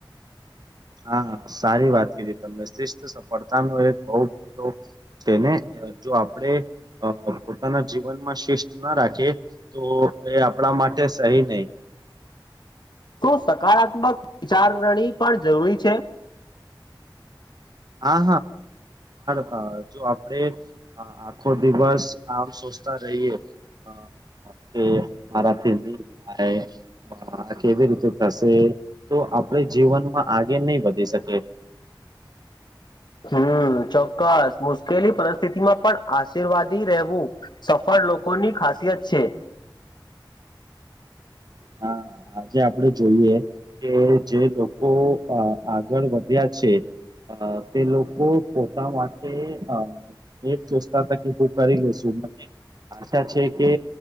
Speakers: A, on the right (about 55°); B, on the left (about 60°).
A: હા હા સારી વાત કીધી તમને શિસ્ત સફળતાનો એ બોવ મોટો છે ને? જો આપણે પોતાના જીવનમાં શિસ્ત ના રાખીએ તો એ. આપણા માટે સહી નહીં.
B: શું સકારાત્મક વિચારધણી પણ જરૂરી છે.
A: હા હા જો આપડે આખો દિવસ આમ. હા રહીએ હા. કે મારાથી ની થાય આ કેવી રીતે થશે તો. આપણે જીવનમાં આગે નહી વધી શકે.
B: <unintelligible> હમ્મ ચોક્કસ મુશ્કેલી પરિસ્થિતિમાં પણ આશીર્વાદી રહેવું સફળ. લોકોની ખાસિયત છે.
A: હા. આજે આપડે જોઈએ કે જે લોકો આગળ વધ્યા છે. અ તે લોકો પોતા માટે અ એ ચોસ્તા તકી હું કરી લેસુ <unintelligible> છા છે કે